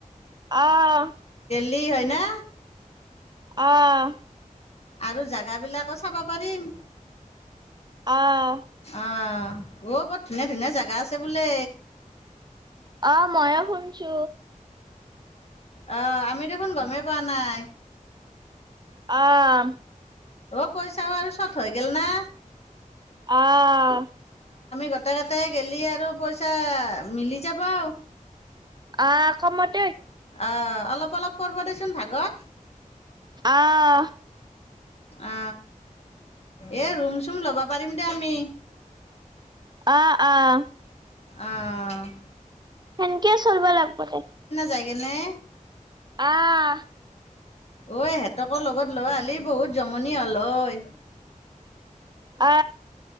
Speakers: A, on the right; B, on the left.
A: আহ
B: দ হয় না
A: আহ
B: আৰু জেগাবিলাকো চাব পাৰিম
A: আহ
B: অঁ অ বৰ ধুনীয়া ধুনীয়া জেগা আছে বোলে
A: আহ মইয়ো শুনছো
B: আহ আমি দেখোন গমেই পোৱা নাই
A: আহ
B: অ পইচাও আৰু চট হৈ গেল না।
A: আহ
B: গোটে কেটাই গেলি আৰু পইচা মিলি যাব আও।
A: আ কমত
B: অ অলপ অলপ। পৰবদেচোন ভাগত
A: আহ
B: অ এই ৰুম চুম ল'ব পাৰিম দে আমি।
A: অঁ অঁ
B: অহঁ
A: সেনকে চলবা লাগব দে।
B: যাই কেনে
A: আহ
B: অ আই হেত পতকৰ লগত ল'ৰা আলি বহুত জমনি হ'ল হয়।
A: অ